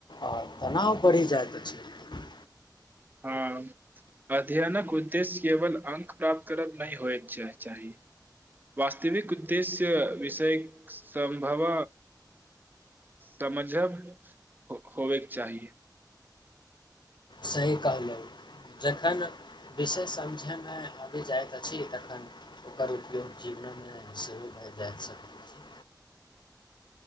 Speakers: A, on the left; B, on the right.
A: आओर तनाव बढ़ि जाइत अछि
B: हँ अध्ययनक उद्देश्य केवल अंक प्राप्त करब नहि होए चाही वास्तविक उद्देश्य विषय सम्भव समझव हो होवएके चाही
A: सही कहलहुँ जखन विषय समझयमे आबि जाइत अछि तखन ओकर उपयोग जीवनमे सेहो भए जा सकै छी